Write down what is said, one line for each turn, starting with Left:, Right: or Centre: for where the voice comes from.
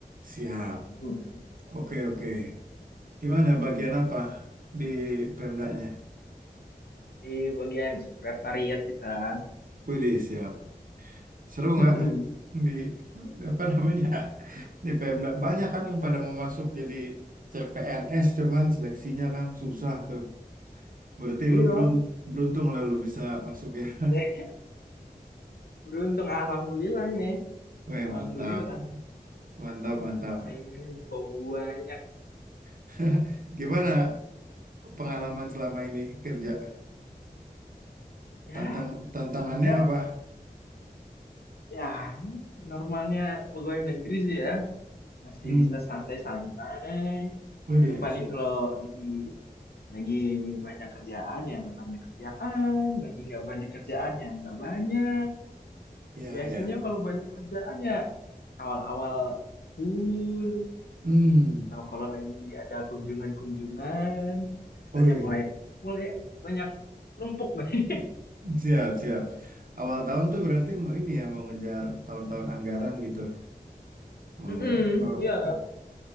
Right: Siap.
Left: Hmm,
Right: Oke oke. Gimana bagian apa di Pemdanya?
Left: di bagian sekretariat kita.
Right: <laughs> Wih siap. Seru nggak
Left: <laughs>
Right: di apa namanya <laughs> di Pemda? Banyak kan yang pada mau masuk jadi CPNS cuman seleksinya kan susah tuh. Berarti
Left: Iya,
Right: lu berun- beruntung lah lu bisa masuk ya. <laughs>
Left: Eh, beruntung Alhamdulillah ini.
Right: Weh
Left: Alhamdulillah,
Right: mantap, mantap, mantap.
Left: saingannya banyak.
Right: <laughs> Gimana pengalaman selama ini kerja?
Left: Ya,
Right: Tantang tantangannya
Left: kerja,
Right: apa?
Left: ya normalnya pegawai negeri sih ya, masih
Right: Hmm,
Left: bisa santai-santai.
Right: Widih
Left: Mana paling
Right: asik.
Left: kalau lagi Lagi banyak kerjaan ya nggak banyak kerjaan, lagi nggak banyak kerjaan ya nggak banyak.
Right: Ya
Left: Biasanya
Right: ya.
Left: kalau banyak kerjaan ya awal-awal tahun,
Right: Hmm,
Left: atau kalau lagi ada kunjungan-kunjungan, biasanya
Right: Wih,
Left: mulai mulai banyak numpuk <laughs> nih.
Right: siap siap. Awal tahun tuh berarti mau ini ya mau ngejar tahun-tahun anggaran gitu. mau
Left: Mm-mm.
Right: apa
Left: Iya,
Right: pe-